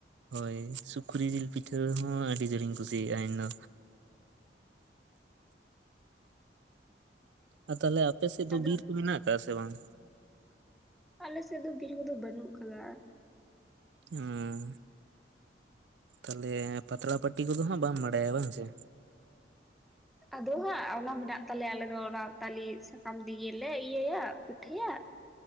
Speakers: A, on the right; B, in the centre.
A: ᱦᱳᱭ ᱥᱩᱠᱨᱤ ᱡᱤᱞ ᱯᱤᱴᱷᱟᱹ ᱦᱚᱸ ᱟᱹᱰᱤ ᱡᱳᱨᱤᱧ ᱠᱩᱥᱤᱭᱟᱜᱼᱟ ᱤᱧᱫᱚ ᱟᱨ ᱛᱟᱦᱚᱞᱮ ᱟᱯᱮᱥᱮᱫ
B: ᱦᱟᱸᱜ
A: ᱫᱚ
B: ᱟᱫᱚ
A: ᱵᱤᱨ ᱠᱚ ᱢᱮᱱᱟᱜ ᱟᱠᱟᱫᱟ ᱥᱮ ᱵᱟᱝ
B: ᱟᱞᱮᱥᱮᱫ ᱫᱚ ᱵᱤᱨ ᱠᱚᱫᱚ ᱵᱟᱹᱱᱩᱜ ᱟᱠᱟᱫᱟ
A: ᱦᱩᱸ ᱛᱟᱦᱚᱞᱮ ᱯᱟᱛᱲᱟ ᱯᱟᱹᱴᱤ ᱠᱚᱫᱚ ᱦᱟᱸᱜ ᱵᱟᱢ ᱵᱟᱰᱟᱭᱟ ᱵᱟᱝ ᱥᱮ
B: ᱟᱫᱚ ᱦᱟᱸᱜ ᱚᱱᱟ ᱢᱮᱱᱟᱜ ᱛᱟᱞᱮᱭᱟ ᱟᱞᱮ ᱫᱚ ᱚᱱᱟ ᱛᱟᱞᱮ ᱥᱟᱠᱟᱢ ᱫᱤᱭᱮ ᱞᱮ ᱤᱭᱟᱹᱭᱟ ᱯᱤᱴᱷᱟᱹᱭᱟ